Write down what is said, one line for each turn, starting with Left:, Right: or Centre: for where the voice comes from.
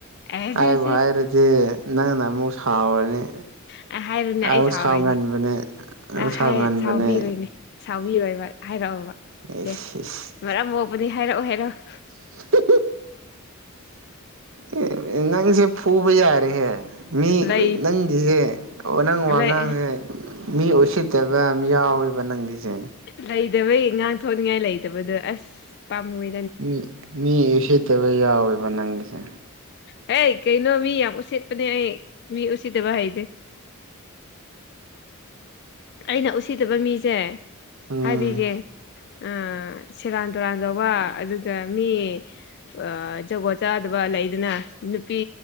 Left: ꯑꯦꯁ
Right: ꯍꯥꯏꯕꯨ
Left: ꯑꯦꯁ ꯑꯦꯁ
Right: ꯍꯥꯏꯔꯗꯤ ꯅꯪꯅ ꯑꯃꯨꯛ ꯁꯥꯎꯔꯅꯤ
Left: ꯑꯦꯁ ꯍꯥꯏꯔꯨꯅꯦ ꯑꯩ
Right: ꯑꯧ
Left: ꯁꯥꯎꯔꯣꯏꯅꯦ
Right: ꯁꯥꯎꯒꯟꯕꯅꯦ ꯌꯝ
Left: ꯑ
Right: ꯁꯥꯎꯒꯟꯕꯅꯦ
Left: ꯍꯥꯏ ꯁꯥꯎꯕꯤꯔꯣꯏꯅꯦ ꯁꯥꯎꯕꯤꯔꯣꯏꯕ ꯍꯥꯏꯔꯛꯑꯣꯕ
Right: ꯑꯦꯁ
Left: ꯁꯦ
Right: ꯏꯁ
Left: ꯃꯔꯝ ꯃꯣꯛꯄꯅꯤ ꯍꯥꯏꯔꯛꯑꯣ ꯍꯥꯏꯔꯛꯑꯣ
Right: <inaudible> ꯑꯦ ꯑꯦ ꯅꯪꯁꯦ ꯐꯨꯕ ꯌꯥꯔꯦꯍꯦ ꯃꯤ
Left: ꯂꯩ
Right: ꯅꯪꯒꯤꯁꯦ ꯑꯣ ꯅꯪ ꯋꯥꯉꯥꯡꯁꯦ
Left: ꯂꯩ
Right: ꯃꯤ ꯎꯁꯤꯠꯇꯕ ꯌꯥꯝ ꯌꯥꯎꯋꯦꯕ ꯅꯪꯒꯤꯁꯦ
Left: ꯂꯩꯇꯕꯩ ꯉꯥꯡꯊꯣꯛꯅꯤꯡꯉꯥꯏ ꯂꯩꯇꯕꯗꯣ ꯑꯁ ꯄꯥꯝꯃꯨꯏ
Right: ꯃꯤ ꯃꯤ ꯎꯁꯤꯠꯇꯕ ꯌꯥꯎꯋꯦꯕ ꯅꯪꯒꯤꯁꯦ
Left: ꯍꯦ ꯀꯩꯅꯣ ꯃꯤ ꯌꯥꯝ ꯎꯁꯤꯠꯄꯅꯦ ꯑꯩ ꯃꯤ ꯎꯁꯤꯠꯇꯕ ꯍꯩꯇꯦ ꯑꯩꯅ ꯎꯁꯤꯠꯇꯕ ꯃꯤꯁꯦ
Right: ꯎꯝ
Left: ꯍꯥꯏꯕꯤꯒꯦ ꯑ ꯁꯦꯔꯥꯟ ꯇꯨꯔꯥꯟ ꯇꯧꯕ ꯑꯗꯨꯒ ꯃꯤ ꯑ ꯖꯒꯣꯠ ꯆꯥꯗꯕ ꯂꯩꯗꯅ ꯅꯨꯄꯤ